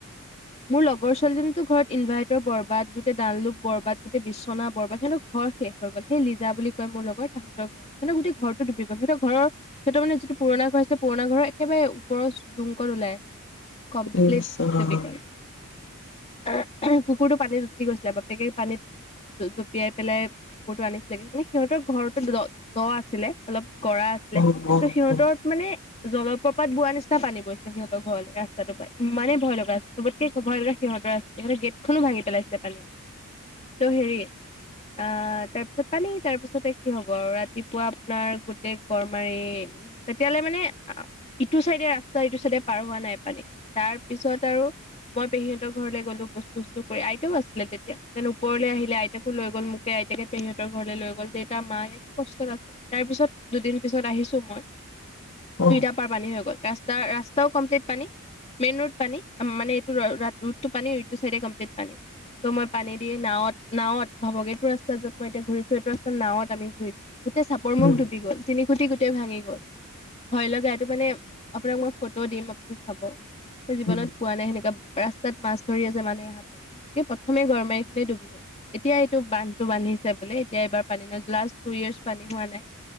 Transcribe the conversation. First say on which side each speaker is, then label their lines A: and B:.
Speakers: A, on the left; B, on the left.
A: মোৰ লগৰ ছোৱালীজনী ঘৰত ইনভাৰ্টৰ বৰবাদ গোটেই ডাললোক। বৰবাদ গোটেই বিচছনা বৰবাত সিহঁতৰ ঘৰ শেষ হৈ গ'ল সেই লিজা কয় মোৰ লগ তাহাঁৰ ঘৰত সিহঁত গোটেই ঘৰটো ডুবি গ'ল সিহঁৰ ঘৰ সিহঁতৰ মানেিটো পুৰণা ঘৰ আছিল পুৰণা ঘৰৰ একেবাৰে ওৰৰ জুংকত ওলাই আছিল। কমপ্লিটিক।
B: ইচ ৰাম
A: অ কুকুৰটো পানীত উঠি গৈছিলে। বাপ গক পানীত জপিয়াই পেলাই কুকুৰটো আনিছিলেগ মানে সিহঁতৰ ঘৰতে দ দ আছিলে। অলপ কৰা আছিলে।
B: অ অ
A: ত' সিহঁতৰ
B: অ
A: মানে জলপ্ৰপাত বোৱাৰ নিচনা পানী পৰিছিলে। সিহঁতৰ ঘৰ ৰাস্তাটো পৰা ইমানেই ভয় লগা আছিল চবতকে ভয় লগা সিহতৰ আছিলে। সহঁতে গেটখনো ভাঙি পেলাইছিলে পানী ত' হেৰি অ তাৰপিছত পানী তাৰ পিছতে। কি হব আৰু ৰাতিপুৱা আপোনাৰ গোতেই গড় মাৰি উ তেতিয়াহলে মানে ইটো চাইডে ৰাস্তা ইটো চাইডে পাৰ হোৱা নাই। পানী তাৰ পিছত আৰু। মই পেহীহতৰ ঘৰলৈ গ'লো বস্তু চস্ত কৰি আইতেও আছিলে। তেতিয়া যেন ওপৰলৈ আহিলে। আইতাকো লৈ গ'ল মোকে আইতাকে পেৰীহঁতৰ ঘৰলৈ লৈ গল দেউতা মা ইয়াত কষ্টত আছে। তাৰ পিছত দুদিন পিছত আহিছো। মই
B: অ
A: দুইটা পাৰ পানী হৈ গ'ল তাৰ ত ৰাস্তাও কমপ্লিট পানী। মেইন ৰোড পানী মানে এইটো ৰডটো পানী এই চাইডে কোমপ্লিট পানী। ত' মই পানী দি নাৱত নাৱত ভাবক এইটো ৰাস্ত যত মই এতিয়া ঘূৰিছো। সেইটো ৰাস্তা নওত আমি ঘূৰিছো। গোট চাপৰ
B: উম
A: মুখ ডুবি গল তিনি খুটি গোটেই ভাঙি। ভয় লগা এইটো মানে আপোনাক মই ফটো দিম আপুনি চাব। মই জীৱনত
B: উম
A: পোৱা নাই সেনেকা। ৰাস্তাত মাছ ধৰি আছে। মানুহে হাতত গতিকে প্ৰথমে গৰমাৰিখনেই ডুবি গৈছিলে। এতিয়া এইটো বান্ধটো বান্ধিছে বোলে। এতিয়া এইবাৰ পানী নাই লাষ্ট টু ইয়াৰ্চ পানী হোৱা নাই